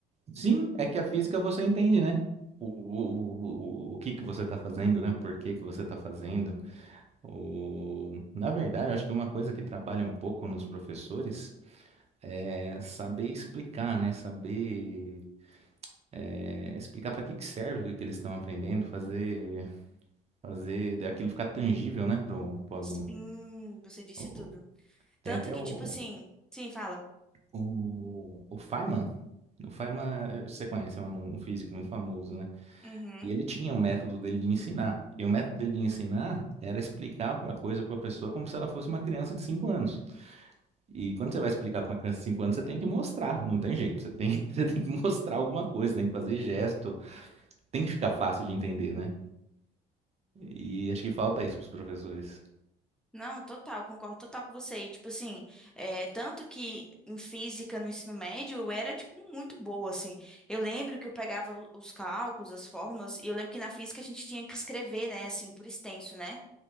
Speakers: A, on the right (about 40°); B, in the centre.
A: sim, é que a física você entende, né? O, o, o, o que que você está fazendo, né? Por que que você está fazendo? O... Na verdade, eu acho que uma coisa que trabalha um pouco nos professores é, saber explicar, né? Saber é, explicar para que que serve o que que eles estão aprendendo, fazer fazer aquilo ficar tangível, né, pro, pro aluno.
B: Sim, você disse
A: O-
B: tudo.
A: tem
B: Tanto
A: até
B: que,
A: o,
B: tipo assim, sim, fala.
A: o, o Feynman. O Feynman, eh, você conhece, é um, um físico muito famoso, né?
B: Uhum.
A: E ele tinha um método dele de ensinar. E o método dele de ensinar era explicar a coisa para a pessoa como se ela fosse uma criança de 5 anos. E quando você vai explicar para uma criança de 5 anos, você tem que mostrar, não tem jeito. Você tem, <laughs> você tem que mostrar alguma coisa, tem que fazer gesto, tem que ficar fácil de entender, né? E acho que falta isso para os professores.
B: Não, total, concordo total com você. E, tipo assim, é, tanto que em física no ensino médio eu era, tipo, muito boa, assim. Eu lembro que eu pegava os cálculos, as fórmulas, e eu lembro que na física a gente tinha que escrever, né, assim, por extenso, né?